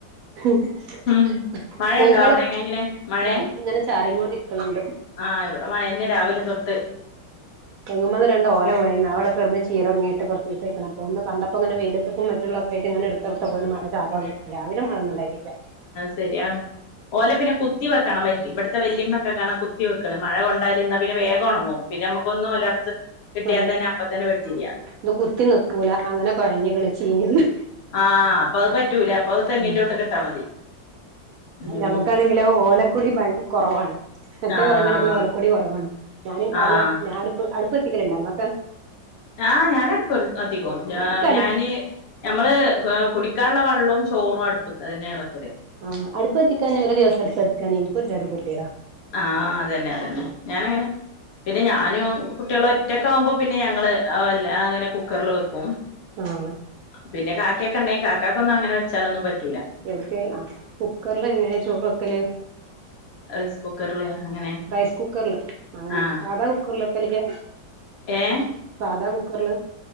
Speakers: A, on the right (about 75°); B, on the left (about 45°).
A: <unintelligible>
B: ഉം മഴയുണ്ടോ
A: കോയിക്കള്
B: അവിടെ എങ്ങനെ മഴേ
A: ന്താ ഇങ്ങനെ ചാറിം കൊണ്ടിരിക്ക്ണ്ണ് ണ്ട്
B: ആഹ് ഇവടെ മഴ ന്നെ രാവിലെ തൊട്ട്
A: തേങ്ങുമന്ന് രണ്ട് ഓല വീണീന്ന് അഹ് അവടെ കെടന്ന് ചീയല്ടോങ്ങിട്ട് കോറച്ചിസയിക്ക്ണ് അപ്പോ ന്ന് കണ്ടപ്പോങനെ വെയിലത്ക് മറ്റുള്ള ഏടുത്തച്ചപ്പോ പ്പോ മഴ ചാറല് തോടങ്ങി രാവിലെ മഴന്നുണ്ടായിട്ടില്ല
B: ശരിയാ ഓല പിന്നെ കുത്തി വെക്കണം വ ഇവടുത്തെ വല്യിമ്മൊക്കെ കാണ കുത്തി വെക്ക്ണ് മഴ കൊണ്ടാല് ന്നാ പിന്നെ വേഗം ഓണങ്ങും പിന്ന വമ്മക്കൊന്നും ഒലർത്ത് കിട്ടിയാൽ
A: ആ
B: തന്നെ അപ്പ തന്നെ വെട്ടിരിയാ
A: ഇത് കുത്തി നിക്കൂല അങ്ങനെ കോയഞ്ഞ്ക്ക്ണ് ചീഞിണ്
B: ആ അപ്പൊ അഹ് പറ്റൂല അപ്പൊ അത് തെങ്ങിന്റെ
A: ഉം
B: തൊട്ട്ക്ക്ട്ടാ മതി ഉം
A: ഞമ്മക്കാണെങ്കിലോ ഓലക്കോടി ഭയക് കോറവാണ് മറ്റേ
B: ആഹ്
A: വറകുണ്ടെങ്കിലു ഓല കോടി കോറവാണ് ഞാന്
B: ആഹ്
A: ഓല ഞാന്പ്പോ അടുപ്പത്തിക്കല്ണ്ട ഇങ്ങള്ക്കോ
B: ആഹ് ഞാനട്പ്പ് കത്തിക്കും
A: ഇൻക്കട
B: ഞാന് ഞമ്മള് കുടിക്കാള്ളേ വെള്ളും ചോറും അടുപ്പത്തന്നേണ് വെക്കല്
A: ആഹ് അട്പ്പത്തിക്കാഞ ഇക്ക് ഒരു ദിവസം അട്പ്പത്തിക്കാഞ ഇൻക്ക് ഒര്ജാതി ഗതിടാ
B: ആഹ് അതന്നെ അതന്നെ ഞാനങ്ങനെ പിന്നെ ഞാനും കുട്ടൃാളും ഒറ്റക്കൊകുമ്പോ പിന്നെ ഞങ്ങള് എല്ലാ അങ്ങനെ കുക്കറി ൽ വെക്കും.
A: ആഹ്
B: പിന്നെ കാക്കെണ്ടെങ്കി കാക്കക്കോന്നും അങ്ങനെച്ചാല് ന്നും പറ്റു
A: എവിട്ക്ക് കുക്കറ്ലെങേനെ ചോറൊക്കല്
B: റൈസ് കുക്കറില് അങ്ങനെ
A: റൈസ് കുക്കറ്ല് അങ്ങനെ
B: ആഹ്
A: സാധാ കുക്കറില്ക്കെലില്ല
B: ഏഹ്
A: സാധാ കുക്കറ്ല്